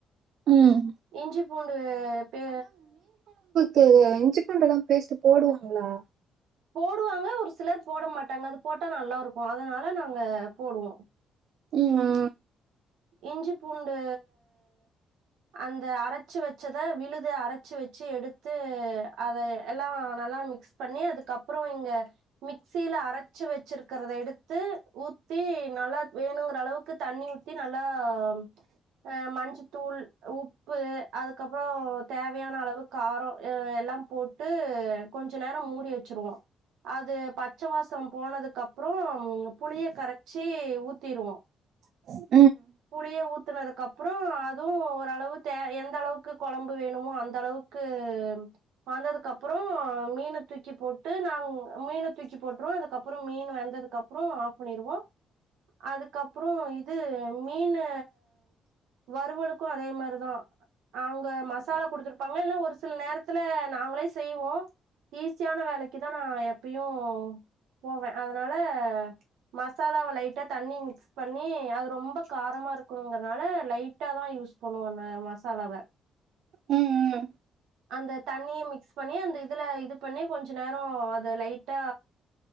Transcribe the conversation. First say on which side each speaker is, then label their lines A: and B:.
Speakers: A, on the right; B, on the right.
A: ம்
B: இஞ்சி பூண்டு பே
A: கு இஞ்சி பூண்டு பேஸ்ட்ட போடுவாங்களா
B: போடுவாங்க ஒரு சிலர் போட மாட்டாங்க அது போட்டா நல்லா இருக்கு அதனால நாங்க போடுவோ
A: ம்மா
B: இஞ்சி பூண்டு அந்த அரச்சு வெச்சந விழுது அரச்சு வெச்சு எடுத்து அத எல்லா நல்லா மிக்ஸ் பண்ணி அதுக்கப்புறோ இங்க மிக்சில அரச்சு வெச்சுருக்குறத எடுத்து ஊத்தி நல்லா வேணுங்குற அளவுக்கு தண்ணி ஊத் தி நல்லா ஆம் அ மஞ்சத்தூள் உப் உப்பு அதுக்கப்பறோ தேவையான அளவு காரோ எல்லாம் போட்டு கொஞ்ச நேரோ மூடி வெச்சுருவோ அது பச்ச வாசம் போனதுக்கு அப்புறோ ம் புளிய கரச்சு ஊத்திருவோ
A: உ
B: புளிய ஊத் த்துனதுக்கப்புறோ அதுவு ஓரளவு தே எந்த அளவுக்கு கொழம்பு வேணுமோ அந்த அளவுக்கு வந்ததுக்கு அப்புறோ மீன தூக்கி போட்டு நாங் மீன தூக்கி போட்ருவோ அதுக்கப்புறோ மீன் வெந்ததுக்கப்புறோ ஆஃப் பண்ணிருவோ அதுக்கப்பறோ இது மீனு வறுவலுக்கு அதே மாரிதா அவங்க மசாலா குடுத்துருப்பாங்க இல்ல ஒரு சில நேரத்து நாங்களே செய்வோ ஈஸியான வேலைக்குதா நா எப்பயு போவ அதனால மசாலாவ லைட்டா தண்ணி மிக்ஸ் பண்ணி அது ரொம்ப காரமா இருக்குணுங்கறனால லைட்டாதா யூஸ் பண்ணுவ மசாலாவ
A: ம் ம்
B: அந்த தண்ணிய மிக்ஸ் பண்ணி அந்த இதுல இது பண்ணி கொஞ்ச நேரோ அதது லைட்டா